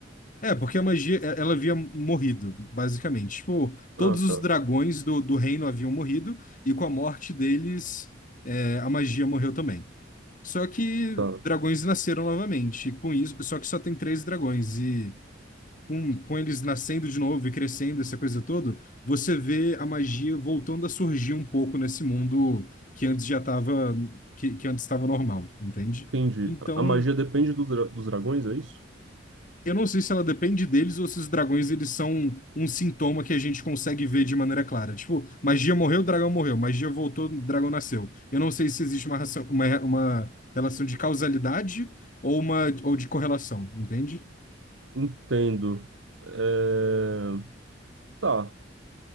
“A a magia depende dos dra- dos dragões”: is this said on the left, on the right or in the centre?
Right